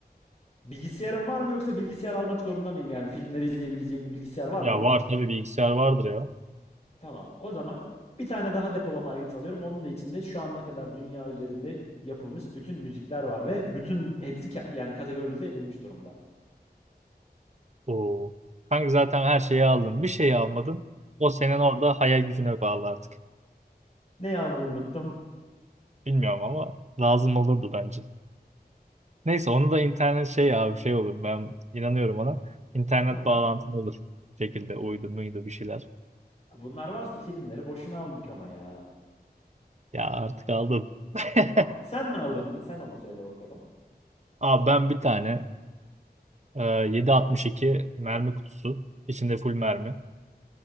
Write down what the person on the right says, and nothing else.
Ya
var tabii bilgisayar vardır ya.
Oo. Kanka zaten her şeyi aldın. Bir şeyi almadın. O senin orada hayal gücüne bağlı artık.
Bilmiyorum ama lazım olurdu bence. Neyse onu da internet şey abi şey olur. Ben inanıyorum ona. İnternet
bağlantın olur. Bir şekilde uydu muydu bir şeyler.
Ya artık aldım. <laughs>
Abi ben bir tane e, 7.62 mermi kutusu. içinde full mermi.